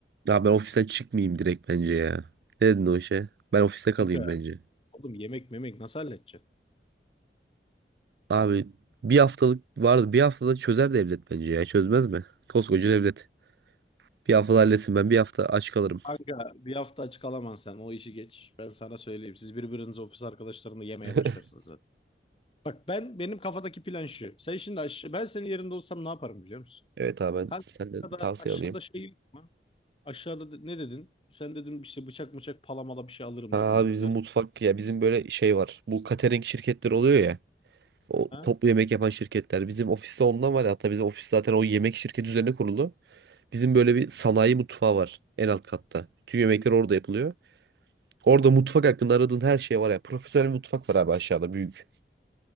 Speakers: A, on the right; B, on the left.
A: Abi ben ofisten çıkmayayım direkt bence ya. Ne dedin o işe? Ben ofiste kalayım
B: Kanka,
A: bence.
B: oğlum yemek memek nasıl halledeceksin?
A: Abi bir haftalık vardı. Bir haftada çözer devlet bence ya. Çözmez mi? Koskoca devlet. Bir haftada halletsin ben bir hafta aç kalırım.
B: Kanka bir hafta açık alamam sen o işi geç. Ben sana söyleyeyim. Siz birbiriniz ofis arkadaşlarınla yemeye
A: <laughs>
B: başlarsınız zaten. Bak ben benim kafadaki plan şu. Sen şimdi aşağı, ben senin yerinde olsam ne yaparım biliyor musun?
A: Evet abi ben
B: Kanka
A: senden
B: aşağıda,
A: tavsiye
B: aşağıda
A: alayım.
B: şey yok mu? Aşağıda de- ne dedin? Sen dedin işte bıçak mıçak palamala bir şey alırım
A: Ha
B: dedim
A: abi
B: bana. Nerede?
A: bizim mutfak ya bizim böyle şey var. Bu catering şirketleri oluyor ya. O
B: Ha?
A: toplu yemek yapan şirketler. Bizim ofiste ondan var ya. Hatta bizim ofis zaten o yemek şirketi üzerine kuruldu. Bizim böyle bir sanayi mutfağı var en alt katta. Tüm yemekler orada yapılıyor. Orada mutfak hakkında aradığın her şey var ya. Profesyonel mutfak var abi aşağıda büyük.